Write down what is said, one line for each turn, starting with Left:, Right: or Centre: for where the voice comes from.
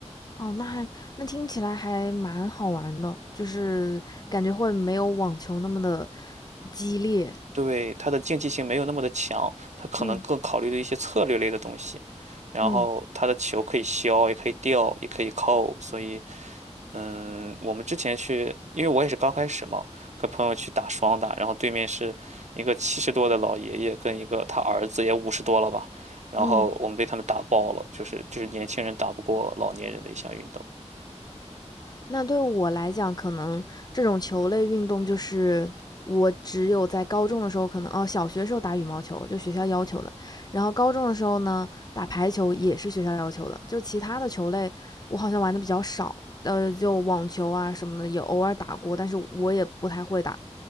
Left: 哦，那还那听起来还蛮好玩的，就是感觉会没有网球那么的激烈。
Right: 对，它的竞技性没有那么的强，它可能更考虑的一些策略类的东西，
Left: 嗯
Right: 然后它的球可以削，
Left: 嗯
Right: 也可以吊，也可以扣，所以嗯，我们之前去，因为我也是刚开始嘛，跟朋友去打双打，然后对面是一个七十多的老爷爷跟一个他儿子也五十多了吧，然后我们被他们打爆了，
Left: 嗯，
Right: 就是就是年轻人打不过老年人的一项运动，
Left: 那对我来讲，可能这种球类运动就是我只有在高中的时候，可能哦，小学时候打羽毛球就学校要求的，然后高中的时候呢打排球也是学校要求的，就其他的球类我好像玩的比较少，呃，就网球啊什么的也偶尔打过，但是我也不太会打。